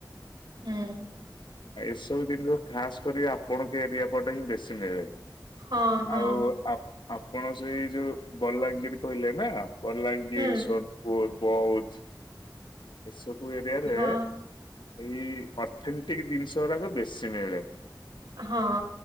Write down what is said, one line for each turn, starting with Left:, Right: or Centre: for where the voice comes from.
Right: ହୁଁ।
Left: ଆ ଏସବୁ ଜିନିଷ ଖାସ କରି ଆପଣଙ୍କ ଏରିଆ ପଟେ ହିଁ ବେଶୀ ମିଳେ।
Right: ହଁ ହଁ
Left: ଆଉ ଆ-ଆପଣ ସେଇ ଯୋଉ ବଲାଙ୍ଗିର କହିଲେ ନା। ବଲାଙ୍ଗୀର,
Right: ହୁଁ
Left: ସୋନପୁର, ବୌଧ ଏସବୁ ଏରିଆରେ।
Right: ହଁ
Left: ଏଇ ଅର୍ଥନିଟିକି ଜିନିଷ ଗୁରାକ ବେଶୀ ମିଳେ।
Right: ହଁ